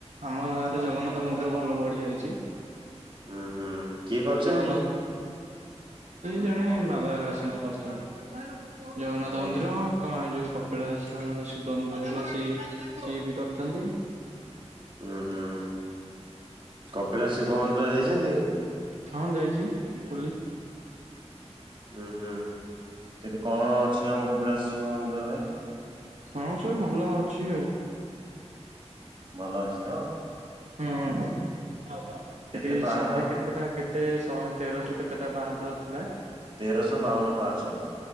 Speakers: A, on the right; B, on the right.
A: ଆମ ଗାଁରେ ଜଗନ୍ନାଥ ମନ୍ଦିର ଭଲ ବଢ଼ିଆ ହୋଇଛି।
B: ଉୁଁ ହୁଁ କିଏ କରିଛନ୍ତି?
A: ଜଗ ଜଣେ <unintelligible> ବାପ ସିନା କରିଛନ୍ତି ଜଗନ୍ନାଥ
B: ଓହୋ।
A: ମନ୍ଦିର କ ଯୋଉ <unintelligible> ପଳା ଶିବନ୍ଦ ରହ ସେ ସିଏ ବି କରିନ୍ତି।
B: ହୁଁ ହୁଁ କପିଳା ଶିବ ମନ୍ଦିର ଯାଇଛନ୍ତି?
A: ହଁ ଯାଇଛି ବୁଲି। <inaudible>
B: ଉୁଁ ହୁଁ। ସେଠି କଣ ଅଛି ଆମ କପିଳାସ ଶିବ ମନ୍ଦିରରେ
A: ହଁ ସବୁ ଭଲ ଅଛି ଆଉ।
B: ଭଲ ଅଛି ତ?
A: ହୁଁ ସେଠି
B: କେତେ ପାହାଚ?
A: ଶହେ କେତେ ଏଟା କେତେ ଶହେ ତେରଶହ କେତେଟା ପାହାଚ ଥିଲା।
B: ତେରଶହ ବାଉନ ପାହଚ।